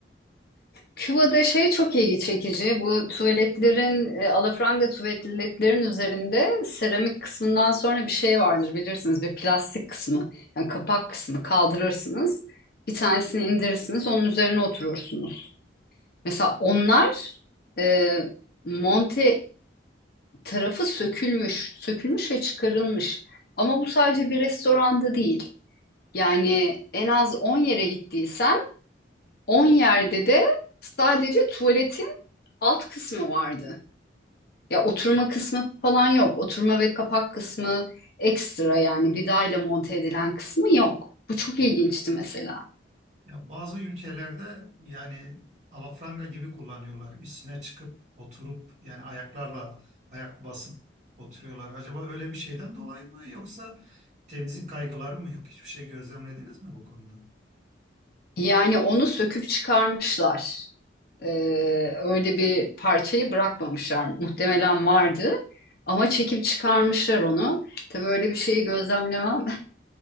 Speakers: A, on the left; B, on the right.
A: Küba'da şey çok ilgi çekici. Bu tuvaletlerin, e, alafranga tuvaletlerin üzerinde seramik kısmından sonra bir şey vardır bilirsiniz. Bir plastik kısmı. Yani kapak kısmı kaldırırsınız. Bir tanesini indirirsiniz. Onun üzerine oturursunuz. Mesela onlar e, monte tarafı sökülmüş. Sökülmüş ve çıkarılmış. Ama bu sadece bir restoranda değil. Yani en az 10 yere gittiysen 10 yerde de sadece tuvaletin alt kısmı vardı. Ya oturma kısmı falan yok. Oturma ve kapak kısmı ekstra yani vidayla monte edilen kısmı yok. Bu çok ilginçti mesela.
B: Ya bazı ülkelerde yani alafranga gibi kullanıyorlar. Üstüne çıkıp oturup yani ayaklarla ayak basıp oturuyorlar. Acaba öyle bir şeyden dolayı mı yoksa temizlik kaygıları mı yok? Hiçbir şey gözlemlediniz mi bu konuda?
A: Yani onu söküp çıkarmışlar. Ee, öyle bir parçayı bırakmamışlar. Muhtemelen vardı ama çekip çıkarmışlar onu. Tabii öyle bir şeyi gözlemlemem